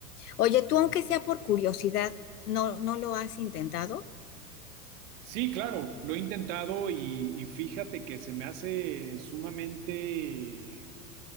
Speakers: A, on the left; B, on the right.
A: Oye, tú aunque sea por curiosidad, ¿no, no lo has intentado?
B: Sí, claro, lo he intentado y, y fíjate que se me hace sumamente